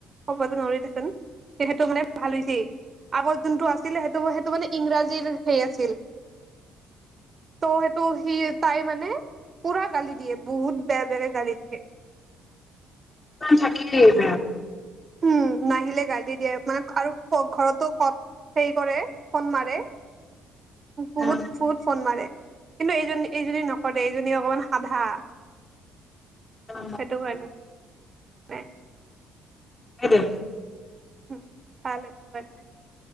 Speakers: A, on the right; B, on the left.
A: ক'বটো নোৱাৰি দেছোন। <unintelligible> ভাল হৈছে। আগত যোনটো আছিলে সেইটো-সেইটো মানে, ইংৰাজীৰ হেই আছিল, ত' সেইটো সি, তাই মানে পুৰা গালি দিয়ে বহুত বেয়া বেয়াকে গালি দিয়ে।
B: থাকিলেই বেয়া।
A: উম, নাহিলে গালি দিয়ে মাক আৰু ঘৰতো কত হেৰি কৰে, ফোন মাৰে। বহুত
B: উম
A: ফোন-ফোন মাৰে। কিন্তু এইজনী-এইজনী নকৰে এইজনী অকমান সাধা।
B: উম
A: সেটো হয়। <unintelligible>
B: এইটো।
A: উম, ভাল এইটো <unintelligible>